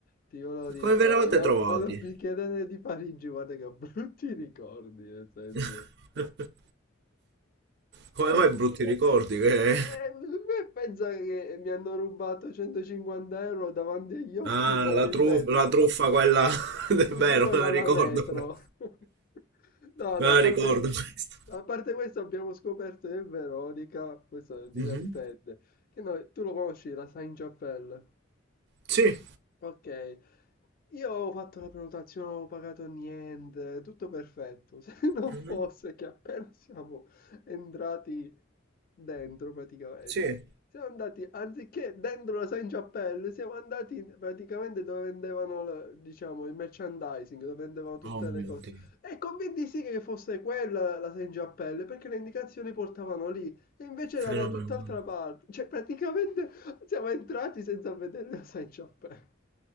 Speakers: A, on the left; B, on the right.
A: ti volevo dire,
B: Come vi
A: no,
B: eravate
A: io-
B: trovati?
A: no, non mi chiedere di Parigi, guarda che ho <laughs> brutti ricordi, nel senso.
B: <laughs> Come
A: No,
B: mai brutti ricordi che...
A: eh, me pensa che mi hanno rubato 150 euro davanti agli occhi
B: Ah,
A: per
B: la
A: il
B: truffa,
A: metro.
B: la truffa quella... <laughs> È
A: <laughs>
B: vero,
A: Quella
B: me la
A: alla
B: ricordo
A: metro.
B: questa.
A: <laughs> No, no,
B: Me la
A: a parte,
B: ricordo questa.
A: a parte questo abbiamo scoperto che Veronica, questo è divertente,
B: Mhm.
A: che noi- tu lo conosci, la Saint-Chapelle.
B: Sì.
A: Ok, io avevo fatto la prenotazione, non avevo pagato niente, tutto perfetto. <laughs> Se non
B: Mhm.
A: fosse che appena siamo entrati dentro, praticamente,
B: Sì.
A: siamo andati, anziché dentro la Saint Chapelle, siamo andati praticamente dove vendevano, la- diciamo, il merchandising, dove vendevano tutte
B: Oh mio
A: le cose.
B: Dio.
A: E convinti sì che fosse quella la Saint Chapelle, perché le indicazioni portavano lì, e invece
B: Fenomeno.
A: era da tutt'altra parte. Cioè, praticamente siamo entrati senza vedere la Saint Chapelle.